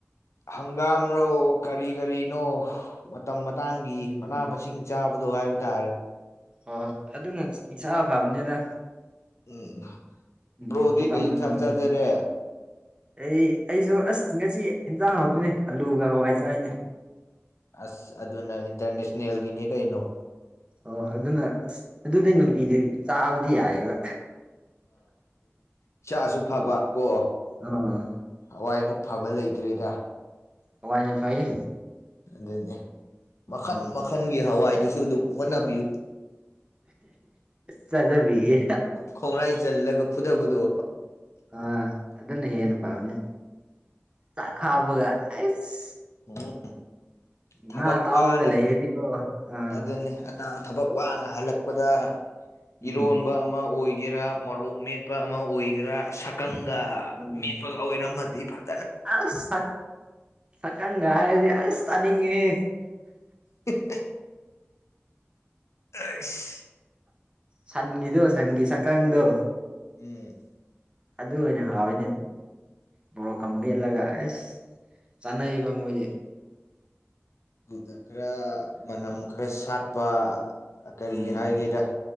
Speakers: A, on the left; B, on the right.
A: ꯍꯪꯒꯥꯝ ꯔꯣ ꯀꯔꯤ ꯀꯔꯤꯅꯣ ꯃꯇꯝ ꯇꯥꯡꯛꯒꯤ ꯃꯅꯥ
B: ꯎꯝ
A: ꯃꯁꯤꯡ ꯆꯥꯕꯗꯣ ꯍꯥꯏꯕ ꯇꯥꯔꯦ
B: ꯑꯣ ꯑꯗꯨꯅ ꯏꯁꯥ ꯐꯕꯅꯦꯗ
A: ꯎꯝ
B: ꯎꯝ
A: ꯕ꯭ꯔꯣꯗꯤ
B: ꯃꯇꯝ
A: ꯀꯩ ꯏꯟꯁꯥꯡ
B: ꯃꯇꯝꯒꯤ
A: ꯆꯥꯖꯔꯦ
B: ꯑꯩ ꯑꯩꯁꯨ ꯑꯁ ꯉꯁꯤ ꯢꯟꯖꯥꯡ ꯍꯥꯎꯇꯤꯅꯦ ꯑꯂꯨꯒ ꯍꯋꯥꯏ ꯆꯌꯦꯅꯦ
A: ꯑꯁ ꯑꯗꯨꯅ ꯏꯟꯇꯔꯅꯦꯁꯟꯅꯦꯜꯒꯤꯅꯤ ꯀꯩꯅꯣ
B: ꯑꯣ ꯑꯗꯨꯅꯁ ꯑꯗꯨꯗꯤ ꯅꯨꯡꯇꯤꯗꯤ ꯆꯥꯕꯗꯤ ꯌꯥꯏꯕ
A: ꯏꯆꯥꯁꯨ ꯐꯕ ꯀꯣ
B: ꯑꯥ
A: ꯍꯋꯥꯏꯃꯨꯛ ꯐꯕ ꯂꯩꯇ꯭ꯔꯦꯗ
B: ꯍꯋꯥꯏꯅꯦ ꯐꯩꯌꯦ
A: ꯑꯗꯨꯅꯦ ꯃꯈꯟ
B: ꯎꯝ
A: ꯃꯈꯜꯒꯤ ꯍꯋꯥꯏꯗꯨꯁꯨ ꯑꯗꯨꯝ ꯍꯣꯠꯅꯕꯤꯌꯨ
B: ꯆꯥꯖꯕꯤꯒꯦ
A: ꯈꯣꯡꯉ꯭ꯔꯥꯏ ꯆꯜꯂꯒ ꯐꯨꯗꯣꯕꯗꯣ
B: ꯑ ꯑꯗꯨꯅ ꯍꯦꯟꯅ ꯐꯕꯅꯦ ꯆꯥꯛ ꯍꯥꯞꯄꯒ ꯑ꯭ꯁꯥ
A: ꯎꯝ ꯊꯕꯛ
B: ꯉꯥ ꯇꯥꯎꯕꯒ
A: ꯋꯥꯅ
B: ꯂꯩꯔꯗꯤꯀꯣ ꯑꯥ
A: ꯑꯗꯨꯅꯤ ꯑ ꯊꯕꯛ ꯋꯥꯅ ꯍꯜꯂꯛꯄꯗ
B: ꯎꯝ
A: ꯏꯔꯣꯟꯕ ꯑꯃ ꯑꯣꯏ ꯑꯣꯏꯒꯦꯔꯥ ꯃꯣꯔꯣꯛ ꯃꯦꯠꯄ ꯑꯃ ꯑꯣꯏꯒꯦꯔꯥ ꯁꯛꯀꯪꯒ
B: ꯎꯝ
A: ꯃꯦꯠꯄꯒ ꯑꯣꯏꯔꯝꯃꯗꯤ ꯐꯩ
B: ꯑꯁ ꯁꯀꯪ ꯀ ꯍꯥꯏꯔꯗꯤ ꯑꯁ ꯇꯅꯤꯡꯉꯦ ꯍꯦ
A: ꯍꯤꯛꯍꯤꯛ ꯑꯩꯁ
B: ꯁꯟꯒꯤꯗꯣ ꯁꯟꯒꯤ ꯁꯛꯀꯥꯡꯗꯣ
A: ꯎꯝ
B: ꯑꯗꯨ ꯑꯣꯏꯅ ꯍꯥꯎꯌꯦꯅꯦ ꯃꯣꯔꯣꯛꯀ ꯃꯦꯠꯂꯒ ꯑꯁ ꯆꯥꯟꯅꯩꯕ ꯃꯣꯏꯗꯤ
A: ꯑꯗꯨꯗ ꯈꯔ ꯃꯅꯝ ꯈꯔ ꯁꯥꯠꯄ ꯀꯔꯤ
B: ꯎꯝ
A: ꯍꯥꯏꯒꯦꯔꯥ